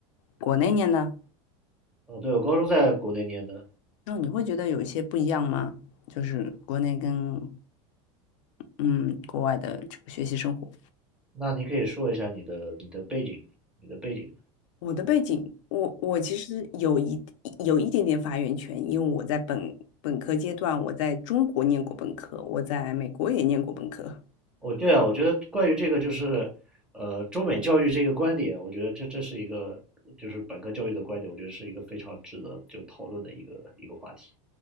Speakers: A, on the left; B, in the centre.
A: 国内念的，
B: 呃，对我高中在国内念的，
A: 那你会觉得有一些不一样吗？就是国内跟嗯国外的这个学习生活。
B: 那你可以说一下你的你的背景，你的背景。
A: 我的背景，我我其实有一有一点点发言权，因为我在本本科阶段，我在中国念过本科，我在美国也念过本科。
B: 哦，对啊，我觉得关于这个就是，呃，中美教育这个观点，我觉得这这是一个就是本科教育的观点，我觉得是一个非常值得就讨论的一个一个话题